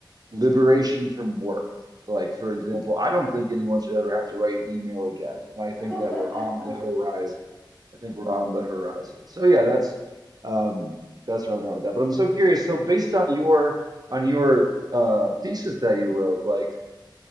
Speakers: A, on the right (about 55°); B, on the left (about 25°).
A: liberation from work. Like, for example, I don't think anyone should ever have to write an email again. And I think
B: <laughs> right.
A: that we're on the horizon. I think we're on the horizon. So yeah, that's um, that's where I'm at with that. But I'm so curious.
B: Uh,
A: So based on your on your uh, thesis that you wrote, like,